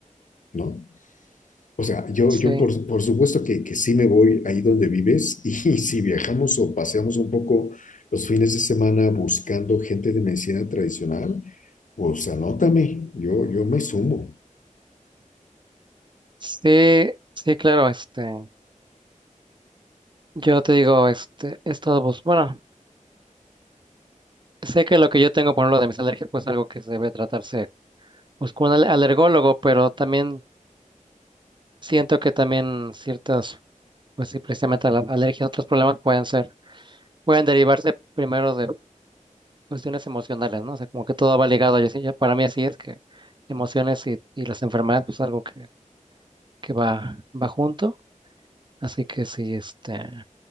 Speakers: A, on the left; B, on the right.
A: ¿no? O sea, yo,
B: sí,
A: yo por, por supuesto que, que sí me voy ahí donde vives y, <laughs> si viajamos o paseamos un poco los fines de semana buscando gente de medicina tradicional, pues anótame, yo, yo me sumo.
B: sí, sí, claro, este, yo te digo, este, he estado, bus- bueno, sé que lo que yo tengo, por lo de mis alergias, pues algo que debe tratarse Busco un al- alergólogo, pero también siento que también ciertas, pues sí, precisamente la alergia, otros problemas pueden ser, pueden derivarse primero de cuestiones emocionales, ¿no? O sea, como que todo va ligado, yo, sí- yo- para mí así es que emociones y, y las enfermedades, pues algo que, que va, va junto, así que sí, este,